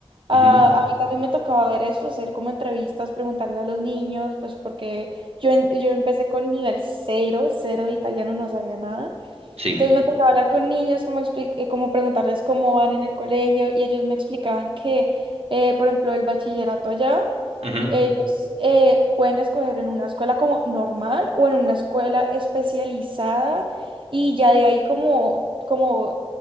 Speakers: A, on the right; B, on the right.
A: Ah,
B: ujú,
A: a mí también me tocaba ver eso, hacer como entrevistas, preguntarle a los niños, pues porque yo, en- yo empecé con nivel cero, cero de italiano, no sabía nada.
B: Sí.
A: Entonces me tocaba hablar con niños, como, expli- eh, como preguntarles cómo van en el colegio y ellos me explicaban que, eh, por ejemplo, el bachillerato allá,
B: ujú.
A: ellos eh, pueden escoger en una escuela como normal o en una escuela especializada y ya de ahí como, como,